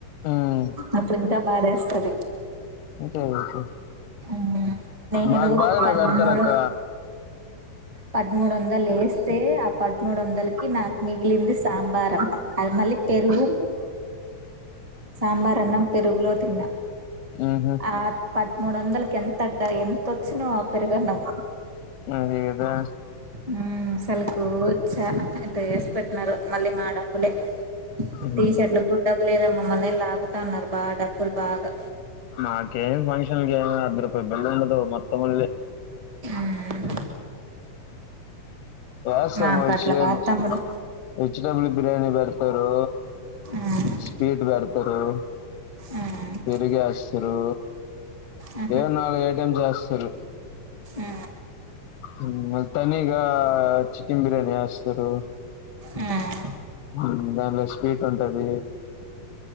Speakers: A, on the left; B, on the right.
A: ఉమ్
B: అప్పుడు ఇంకా బాధ ఎస్తది
A: అంతే కదా.
B: మ్ నేను
A: మాకు బాగానే
B: తన్మయ
A: పెడతారక్క
B: పదమూడు వందలు ఎస్తే ఆ పదమూడు వందలకి నా మిగిలింది సాంబార్ అన్నం మళ్ళీ పెరుగు సాంబార్ అన్నం పెరుగులో తిన్నా
A: మ్ హు
B: ఆ పదమూడు వందలకి ఎంత అడ ఎంతచ్చునొ ఆ పెరుగన్నం
A: అదేదో
B: మ్మ్ అసలుకు చాన అంట ఎసి పెట్టిన్నారు మళ్ళీ మా డబ్బులే
A: మ్మ్
B: టీ షర్ట్లకు కూడా డబ్బు లేదని మమ్మల్ని లాగుతా ఉన్నారు బా డబ్బులు బాగా
A: మాకేం ఫంక్షన్ కైనా అర్ద రూపాయి బళ్ల ఉండదు మొత్తమ్ వాళ్ళె
B: మ్మ్
A: అ ఎస్ సర్మా
B: మాకు
A: వెజిటేబల్
B: అట్లా కాదు తమ్ముడు
A: వెజిటేబల్ బిర్యానీ బెడతారు
B: మ్మ్
A: స్పీడ్ బెడతారు
B: మ్మ్
A: పెరుగు ఏస్తారు
B: మ్హు
A: ఏ నాలుగు ఏఐటమ్ చేస్తారు
B: అ
A: అ మొత్తానిగా చికెన్ బిర్యాని ఏస్తారు
B: మ్మ్
A: ఉమ్ దానిలో స్పీట్ ఉంటది